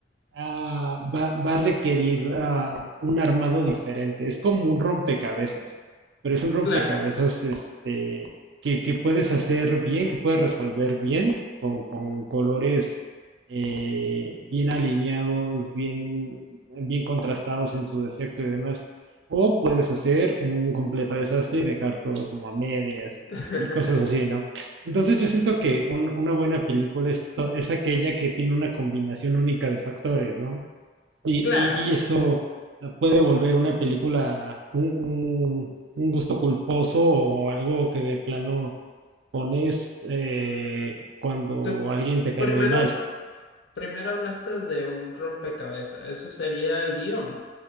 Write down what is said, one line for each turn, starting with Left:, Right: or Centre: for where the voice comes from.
Right: ah, va, va a requerir ah, un armado diferente. Es como un rompecabezas, pero es un rompecabezas
Left: Claro.
Right: este, que, que puedes hacer bien, que puedes resolver bien, con, con colores eh, bien alineados, bien, bien contrastados en su defecto y demás. O puedes hacer un completo desastre y dejar todo como a medias
Left: <laughs>
Right: y cosas así, ¿no? Entonces yo siento que un- una buena película es, to- es aquella que tiene una combinación única de factores, ¿no? Y, y-
Left: Claro.
Right: y eso la puede volver una película un, un- un gusto culposo o algo que de plano pones eh, cuando
Left: Tú
Right: alguien te cae
Left: primero,
Right: muy mal.
Left: primero hablaste de un rompecabezas. Eso sería el guión.